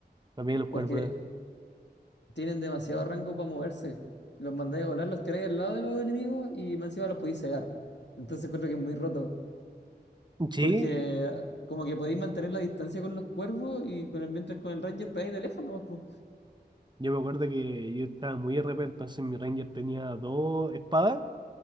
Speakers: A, on the right; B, on the left.
A: también los cuervos.
B: porque tienen demasiado rango para moverse. Los mandáis a volar, los tiráis al lado de los enemigos y más encima los podéis cegar. Entonces encuentro que es muy roto,
A: Sí,
B: porque como que podéis mantener la distancia con los cuervos y con el, mientras con el Ranger pegáis de lejos nomás, pues.
A: yo me acuerdo que yo estaba muy RP, entonces mi ranger tenía dos espadas